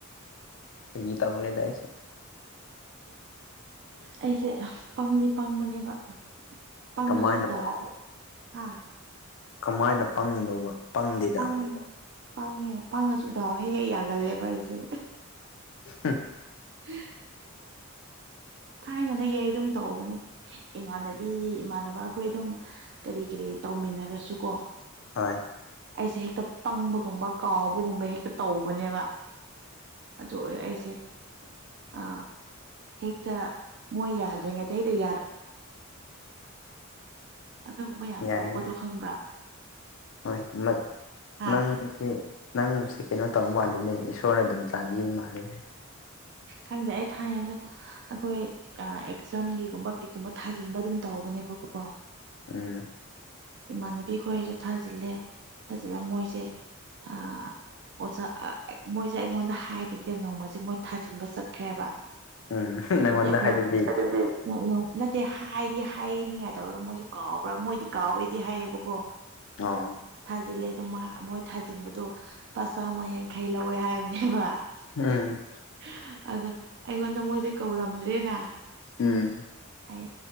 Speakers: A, on the left; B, on the right.
A: ꯐꯒꯤ ꯇꯧꯕꯅꯦꯗ ꯑꯩꯁꯨ
B: ꯑꯩꯁꯦ ꯄꯪꯗꯤ ꯄꯪꯕꯅꯦꯕ ꯄꯪꯉꯁꯨ
A: ꯀꯃꯥꯏꯅ
B: ꯗꯥꯎ ꯍꯥꯥ
A: ꯀꯃꯥꯏꯅ ꯄꯪꯉꯤꯅꯣꯕ ꯄꯪꯗꯦꯗ
B: ꯄꯪ ꯄꯪꯉꯦ ꯄꯪꯉꯁꯨ ꯗꯥꯎ ꯍꯦꯛ ꯍꯦꯛ ꯌꯥꯒꯜꯂꯦꯕ ꯑꯩꯖꯦ
A: <unintelligible>
B: ꯎꯝ ꯊꯥꯏꯅꯗꯒꯤ ꯑꯩ ꯑꯗꯨꯝ ꯇꯧꯕꯅꯦ ꯏꯃꯥꯟꯅꯕꯤ ꯏꯃꯥꯟꯅꯕ ꯑꯩꯈꯣꯏ ꯑꯗꯨꯝ ꯀꯔꯤ ꯀꯔꯤ ꯇꯧꯃꯤꯟꯅꯔꯁꯨ ꯀꯣ
A: ꯍꯣꯏ
B: ꯑꯩꯁꯦ ꯍꯦꯛꯇ ꯄꯪꯕꯒꯨꯝꯕ ꯀꯥꯎꯕꯒꯨꯝꯕ ꯍꯦꯛꯇ ꯇꯧꯕꯅꯦꯕ ꯑꯗꯨ ꯑꯣꯏꯔ ꯑꯩꯁꯦ ꯑ ꯍꯦ ꯃꯣꯏ ꯌꯥꯗꯔꯤꯉꯗꯤꯦ ꯍ ꯑꯗꯨꯒꯨꯝꯕ ꯌꯥꯝ
A: ꯌꯥꯏꯅꯦ
B: ꯇꯧꯕꯗꯨ ꯈꯪꯕ꯭ꯔꯥ
A: ꯍꯣꯏ ꯅꯠ
B: ꯍꯥ
A: ꯅꯪ ꯁꯤ ꯅꯪ ꯁꯤ ꯀꯩꯅꯣ ꯇꯧꯕ ꯃꯥꯜꯂꯤꯅꯦ ꯏꯁꯣꯔ ꯑꯗꯨꯝ ꯆꯥꯟꯕꯤꯕ ꯃꯥꯜꯂꯤꯅꯦ
B: ꯈꯪꯗꯦ ꯑꯩ ꯊꯥꯏꯅꯅ ꯑꯩꯈꯣꯏ ꯑ ꯑꯦꯛꯖꯥꯝꯒꯤꯒꯨꯝꯕ ꯀꯔꯤꯒꯨꯝꯕ ꯊꯥꯖꯤꯟꯕ ꯑꯗꯨꯝ ꯇꯧꯕꯅꯦꯕꯀꯣ
A: ꯎꯝ
B: ꯏꯃꯥꯟꯅꯕꯤ ꯈꯣꯏꯖꯨ ꯊꯥꯖꯤꯜꯂꯦ ꯊꯥꯖꯤꯜꯂ ꯃꯣꯏꯁꯦ ꯑ ꯑꯣꯖꯥ ꯑ ꯑꯦꯛ ꯃꯣꯏꯖꯦ ꯑꯩꯉꯣꯟꯗ ꯍꯥꯏꯗꯕꯤꯗ ꯅꯣꯡꯃꯖꯦ ꯃꯣꯏ ꯊꯥꯖꯤꯟꯕ ꯆꯠꯈ꯭ꯔꯦꯕ
A: ꯎꯝ ꯅꯪꯉꯣꯟꯗ
B: ꯑꯗ ꯑꯩꯈꯣꯏ
A: ꯍꯥꯏꯗꯗꯤ
B: ꯑꯗꯨꯗꯤ <unintelligible> ꯅꯠꯇꯦ ꯍꯥꯏꯗꯤ ꯍꯥꯏꯅꯤꯡꯉꯥꯏ ꯇꯧꯔꯒ ꯃꯣꯏꯖꯨ ꯀꯥꯎꯕ꯭ꯔꯥ ꯃꯣꯏꯗꯤ ꯀꯥꯎꯋꯦ ꯏ ꯍꯥꯏꯌꯦꯕꯀꯣ
A: ꯑ
B: ꯊꯥꯖꯤꯜꯂꯦ ꯑꯗꯨ ꯃꯥ ꯃꯣꯏ ꯊꯥꯖꯤꯟꯕꯗꯣ ꯂꯨꯄꯥ ꯆꯥꯝꯃ ꯌꯥꯡꯈꯩ ꯂꯧꯋꯦ ꯍꯥꯏꯕꯅꯤ <unintelligible>
A: ꯎꯝ
B: ꯑꯗꯣ ꯑꯩꯉꯣꯟꯗ ꯃꯣꯏꯖꯦ ꯀꯧꯔꯝꯗ꯭ꯔꯦꯅ
A: ꯎꯝ
B: ꯑꯩ